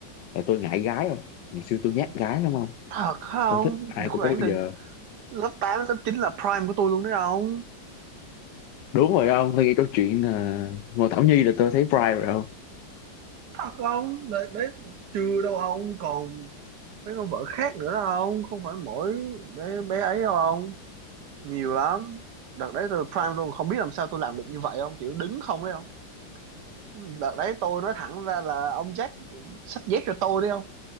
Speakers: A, on the left (about 75°); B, on the right (about 70°).
A: tại tôi ngại gái không ngày xưa tôi nhát
B: Ờ,
A: gái đúng không
B: thật không
A: tôi thích ai
B: khoảng
A: từ đó bây
B: thì
A: giờ
B: lớp 8 lớp 9 là prime của tôi luôn đấy ông
A: đúng rồi ông tôi nghe câu chuyện là Ngô Thảo Nhi là tôi thấy pride rồi không
B: thật không đấy, đấy chưa đâu ông còn mấy con vợ khác nữa đâu ông không phải mỗi bé bé ấy đâu ông nhiều lắm đợt đấy tôi prime luôn không biết làm sao tôi làm được như vậy ông kiểu đứng không đấy ông đợt đấy tôi nói thẳng ra là ông Jack xách dép cho tôi đi không